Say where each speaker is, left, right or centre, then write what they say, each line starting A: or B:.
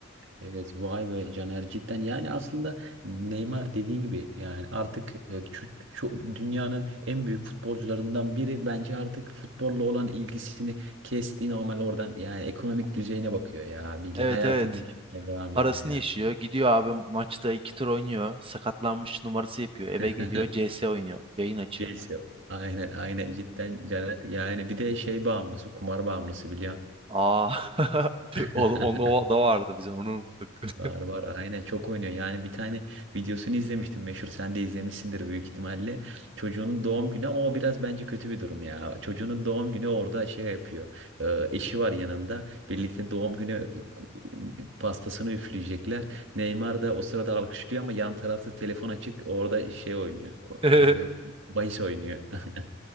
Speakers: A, on the right (about 60°); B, on the right (about 25°).
A: Evet vay be Caner cidden yani aslında Neymar dediğin gibi yani artık e, şu- şu dünyanın en büyük futbolcularından biri bence artık futbolla olan ilgisini kesti normal oradan yani ekonomik düzeyine bakıyor ya bildiğin
B: Evet
A: hayatını
B: evet.
A: yaşamaya devam
B: Parasını
A: ediyor yani.
B: yaşıyor. Gidiyor abi maçta iki tur oynuyor. Sakatlanmış numarası yapıyor.
A: <laughs>
B: Eve geliyor. CS oynuyor. Yayın açıyor.
A: Celsio. Aynen aynen cidden Caner yani bir de şey bağımlısı kumar bağımlısı biliyorsun.
B: Aa. <laughs>
A: <laughs>
B: O, onu o da vardı bizim. Onu unuttuk.
A: Var var aynen çok oynuyor. Yani bir tane videosunu izlemiştim. Meşhur sen de izlemişsindir büyük ihtimalle. Çocuğunun doğum günü ama o biraz bence kötü bir durum ya. Çocuğunun doğum günü orada şey yapıyor. Ee, eşi var yanında. Birlikte doğum günü pastasını üfleyecekler. Neymar da o sırada alkışlıyor ama yan tarafta telefon açık. Orada şey oynuyor. Ko-
B: <laughs>
A: Bahis oynuyor. <laughs>